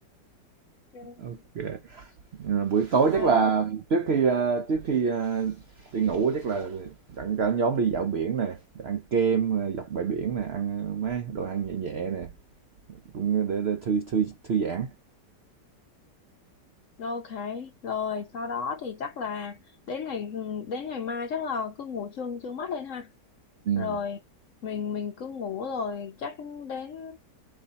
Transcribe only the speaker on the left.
Ok.
Rồi.
Ok, rồi sau đó thì chắc là đến ngày ừ, đến ngày mai chắc là cứ ngủ trương trương mắt lên ha.
Rồi mình mình cứ ngủ rồi chắc đến